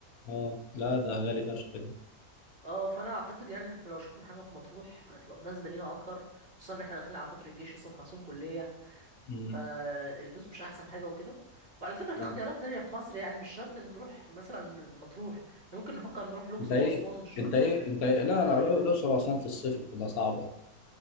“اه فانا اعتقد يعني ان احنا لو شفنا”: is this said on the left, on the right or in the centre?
Right